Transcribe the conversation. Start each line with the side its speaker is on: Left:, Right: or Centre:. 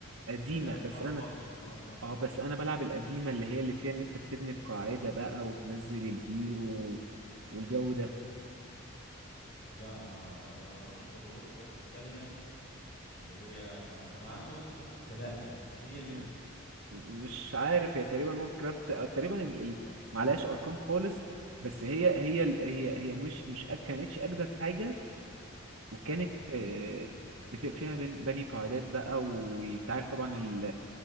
Right: قديمه
Left: ده لعبة
Right: بس
Left: صعبة
Right: انا
Left: خالص اه
Right: اه بس انا بلعب القديمه اللي هي اللي فيها ان انت بتبني القاعده بقى وتنزل الهيرو والجو ده
Left: لا ما انا ما اعرفش غير وور كرافت التانية اللي هي انا عندي وور كرافت ثلاثة هي دي
Right: مم. مش عارف هي تقريبا وور كرافت تقريبا ال- ال- معلهاش ارقام خالص بس هي هي ال- هي هي مش مش أج- كانتش اجدد حاجه وكانت
Left: امم
Right: آه، بت- فيها بن- بني قاعدات بقى وانت عارف طبعا ال-